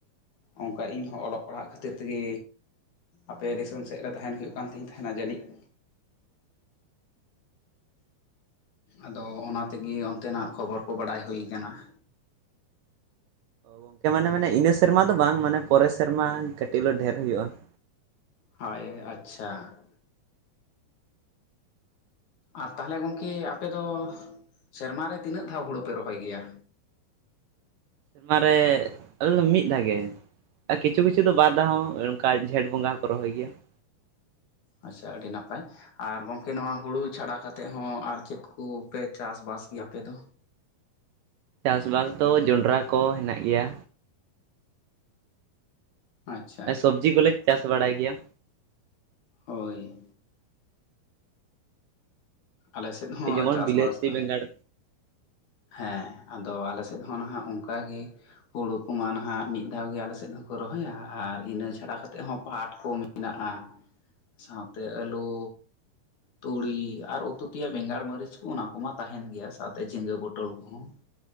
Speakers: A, on the left; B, on the right.
A: ᱚᱱᱠᱟ ᱤᱧᱦᱚᱸ ᱚᱞᱚᱜ ᱯᱟᱲᱦᱟᱜ ᱠᱷᱟᱹᱛᱤᱨ ᱛᱮᱜᱮ᱾ ᱟᱯᱮ ᱫᱤᱥᱚᱢ ᱥᱮᱫ ᱨᱮ ᱛᱟᱦᱮᱱ ᱦᱩᱭᱩᱜ ᱠᱟᱱ ᱛᱤᱧ ᱛᱟᱦᱮᱱᱟ ᱡᱟᱹᱱᱤᱡ ᱾ ᱟᱫᱚ ᱚᱱᱟ ᱛᱮᱜᱮ ᱚᱱᱛᱮᱱᱟᱜ ᱠᱷᱚᱵᱚᱨ ᱠᱚ ᱵᱟᱰᱟᱭ ᱦᱩᱭ ᱟᱠᱟᱱᱟ ᱾
B: ᱜᱚᱝᱠᱮ ᱢᱟᱱᱮ ᱢᱟᱱᱮ ᱤᱱᱟᱹ ᱥᱮᱨᱢᱟ ᱫᱚ ᱵᱟᱝ ᱢᱟᱱᱮ ᱯᱚᱨᱮ ᱥᱮᱨᱢᱟ ᱠᱟᱹᱴᱤᱡ ᱫᱚ ᱰᱷᱮᱨ ᱦᱩᱭᱩᱜ-ᱟ ᱾
A: ᱦᱚᱭ ᱟᱪᱪᱷᱟ ᱟᱨ ᱛᱟᱦᱚᱞᱮ ᱜᱚᱢᱠᱮ ᱟᱯᱮ ᱫᱚ ᱥᱮᱨᱢᱟ ᱨᱮ ᱛᱤᱱᱟᱹᱜ ᱫᱷᱟᱣ ᱦᱩᱲᱩ ᱯᱮ ᱨᱚᱦᱚᱭ ᱜᱮᱭᱟ᱾
B: ᱥᱮᱨᱢᱟ ᱨᱮ ᱟᱞᱮ ᱢᱤᱫ ᱫᱷᱟᱣ ᱜᱮ᱾ ᱟᱨ ᱠᱤᱪᱷᱩ ᱠᱤᱪᱷᱩ ᱫᱚ ᱵᱟᱨᱫᱷᱟ ᱦᱚᱸ ᱚᱱᱠᱟ ᱡᱷᱮᱸᱴ ᱵᱚᱸᱜᱟ ᱦᱚᱸᱠᱚ ᱨᱚᱦᱚᱭ ᱜᱮᱭᱟ ᱾
A: ᱟᱪᱪᱷᱟ ᱟᱹᱰᱤ ᱱᱟᱯᱟᱭ ᱾ ᱟᱨ ᱜᱚᱝᱠᱮ ᱱᱚᱣᱟ ᱦᱩᱲᱩ ᱪᱷᱟᱰᱟ ᱠᱟᱛᱮᱫ ᱦᱚᱸ ᱟᱨ ᱪᱮᱫ ᱠᱩ ᱯᱮ ᱪᱟᱥᱵᱟᱥ ᱜᱮᱭᱟ ᱟᱯᱮ ᱫᱚ᱾
B: ᱪᱟᱥᱵᱟᱥ ᱫᱚ ᱡᱚᱱᱰᱨᱟ ᱠᱚ ᱦᱮᱱᱟᱜ ᱜᱮᱭᱟ᱾
A: ᱟᱪᱪᱷᱟ
B: ᱥᱚᱵᱽᱡᱤ ᱠᱚᱞᱮ ᱪᱟᱥ ᱵᱟᱲᱟᱭ ᱜᱮᱭᱟ᱾
A: ᱦᱳᱭ ᱟᱞᱮ ᱥᱮᱫ ᱦᱚᱸ
B: ᱡᱮᱢᱚᱱ
A: ᱪᱟᱥᱵᱟᱥ
B: ᱵᱤᱞᱟᱹᱛᱤ
A: ᱫᱚ
B: ᱵᱮᱸᱜᱟᱲ᱾
A: ᱦᱮᱸ ᱟᱫᱚ ᱟᱞᱮ ᱥᱮᱫ ᱦᱚᱸ ᱱᱟᱦᱟᱜ ᱚᱱᱠᱟ ᱜᱮ᱾ ᱦᱩᱲᱩ ᱠᱚᱢᱟ ᱱᱟᱦᱟᱜ ᱢᱤᱫ ᱫᱷᱟᱣ ᱜᱮ ᱟᱞᱮ ᱥᱮᱫ ᱦᱚᱸᱠᱚ ᱨᱚᱦᱚᱭᱟ ᱟᱨ ᱤᱱᱟᱹ ᱪᱷᱟᱰᱟ ᱠᱟᱛᱮᱜ ᱦᱚᱸ ᱯᱟᱴ ᱠᱚ᱾ ᱢᱮᱱᱟᱜ-ᱟ ᱥᱟᱶᱛᱮ ᱟᱹᱞᱩ ᱛᱩᱲᱤ ᱟᱨ ᱩ ᱩᱛᱩ ᱛᱮᱭᱟᱜ ᱵᱮᱸᱜᱟᱲ ᱢᱟᱹᱨᱤᱪ ᱠᱚ ᱚᱱᱟ ᱠᱚᱢᱟ ᱛᱟᱦᱮᱱ ᱜᱮᱭᱟ ᱥᱟᱶᱛᱮ ᱡᱷᱤᱸᱜᱟᱹ ᱵᱚᱴᱚᱞ ᱠᱚᱦᱚᱸ᱾